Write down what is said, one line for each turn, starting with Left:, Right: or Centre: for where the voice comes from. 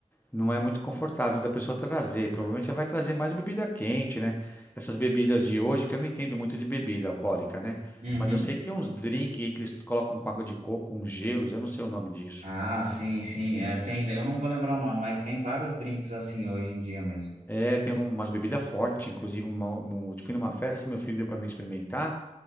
Left: não é muito confortável da pessoa trazer. Provavelmente ela vai trazer mais bebida quente, né? Essas bebidas de hoje, que eu não entendo muito de bebida alcoólica, né?
Right: uhum.
Left: Mas eu sei que tem uns drinks aí que eles colocam com água de coco, uns gelos, eu não sei o nome disso.
Right: Ah, sim, sim, é, tem, eu não vou lembrar o nome, mas tem vários drinks assim hoje em dia mesmo.
Left: É, tem umas bebidas fortes, inclusive, uma, um, fui numa festa, meu filho deu para mim experimentar.